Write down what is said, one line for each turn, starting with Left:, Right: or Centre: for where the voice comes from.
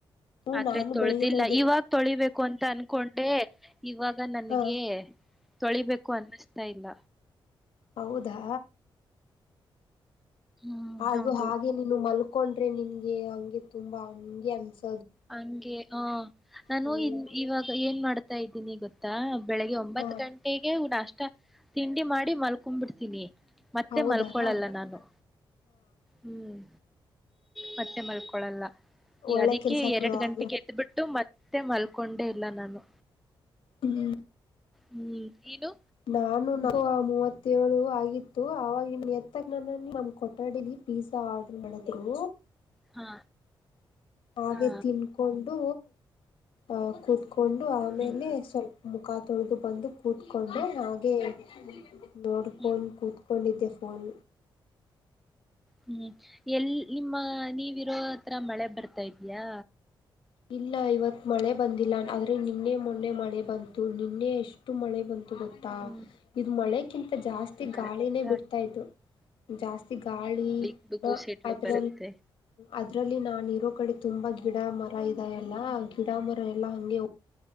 Left: ಹ್ಮ
Centre: ಆದ್ರೆ
Left: ನಾನು
Centre: ತೊಳೆದಿಲ್ಲ
Left: ಬೆಳಿಗ್ಗೆ ತೊಳ್ದಿ
Centre: ಇವಾಗ ತೊಳಿಬೇಕು ಅಂತ ಅನ್ಕೊಂಡೆ. ಇವಾಗ ನನಗೆ.
Left: ಹ
Centre: ತೊಳಿಬೇಕು ಅನ್ನಿಸ್ತಾ ಇಲ್ಲ.
Left: ಹೌದಾ.
Centre: ಹ್ಮ್
Left: ಅದು
Centre: ಹೌದು
Left: ಹಾಗೆ ನೀನು ಮಲ್. ಕೊಂಡ್ರೆ ನಿನ್ಗೆ ಹಂಗೆ ತುಂಬಾ ಹಂಗೆ ಅನ್ಸೆ.
Centre: ಹಂಗೆ ಆ ನಾನು
Left: ಹ್ಮ್
Centre: ಇನ್ ಇವಾಗ ಏನ್ ಮಾಡ್ತ. ಗೊತಾ ಇದ್ದೀನಿ ಗೊತ್ತಾ. ಬೆಳಗ್ಗೆ ಒಂಬತ್ತು
Left: ಹ
Centre: ಗಂಟೆಗೆ ಹ ಅಷ್ಟ. ತಿಂಡಿ ಮಾಡಿ ಮಲ್ಕೊಂಡು ಬಿಡ್ತಿವಿ ಮತ್ತೆ
Left: ಹೌದಾ
Centre: ಮಲ್ಕೊಳಲ್ಲ
Left: ಹಾ
Centre: ನಾನು ಹ್ಮ್. ಮತ್ತೆ ಮಲ್ಕೊಳಲ್ಲ ಈ
Left: ಒಳ್ಳೆ
Centre: ಅದಿ.
Left: ಕೆಲ್ಸ ಬಿಡು
Centre: ಎರಡು
Left: ಹಾಗೆ
Centre: ಗಂಟೆಗೆ ಎದ್ಬಿಟ್ಟು ಮತ್ತೆ. ಮತ್ತೆ ಮಲ್ಕೊಂಡೆ ಇಲ್ಲ ನಾನು.
Left: ಹ್ಮ
Centre: ಹ್ಮ್ ನೀನು
Left: ನಾನು ನ ಮೂವತ್. ಏಳು ಆಗಿತ್ತು ಆವಾಗಿನ್ನು ಎತ್ತಗ್ ನ ನಮ್ಮ ಕೊಠಡಿಲಿ ಪಿಜಾ ಆರ್ಡರ್ ಮಾಡಿದ್ರು.
Centre: ಹಾ.
Left: ಹಾಗೆ
Centre: ಹಾ
Left: ತಿನ್ಕೊಂಡು ಆ ಕುತ್ಕೊಂಡು ಆಮೇಲೆ
Centre: ಹ್ಮ್
Left: ಸ್ವಲ್ಪ ಮು. ಕಾ ತೊಳೆದು ಬಂದು. ಕೂತ್ಕೊಂಡೆ
Centre: ಹ್ಮ್
Left: ಹಾಗೇ. <inaudible> <unintelligible> ನೋಡ್ಕೋಣ
Centre: ಹ್ಮ್
Left: ಕುತ್. <inaudible> ಫೋನ್
Centre: ಹ್ಮ್. ಎಲ್ಲಿ ನಿಮ್ಮ ನೀವ. ಇತ್ರರ ಮಳೆ ಬರ್ತಾ ಇದ್ಯಾ
Left: ಇಲ್ಲ ಇವತ್ ಮಳೆ ಬಂದಿಲ್ಲ ಆದ್ರೆ ನಿನ್ನೆ ಮೊನ್ನೆ ಮಳೆ ಬಂತು ನಿನ್ನೆ ಎಷ್ಟು ಮಳೆ ಬಂತ. ಗೊತ್ತಾ
Centre: ಹ್ಮ್
Left: ಇದು ಮಳೆಕ್ಕಿಂತ ಜಾಸ್ತಿ
Centre: ಮಳೆ
Left: ಗಾಳಿನೇ
Centre: ಅಂತ
Left: ಬಿಡ್ತಾ ಇ್ತತ್ತು. ಜಾಸ್ತಿ ಗಾಳಿ
Centre: ಗುಡುಗು ಸಿಡ್ಲು
Left: ಅದ್ರ.
Centre: ಬರುತ್ತೆ
Left: ಅದ್ರಲ್ಲಿ ನಾನು ಇರೋ ಕಡೆ ತುಂಬಾ ಗಿಡ ಮರ. ಇದೆ ಎಲ್ಲಾ ಗಿಡ ಮರ ಎ. ಲ್ಲ ಹಂಗೆ ಅವ.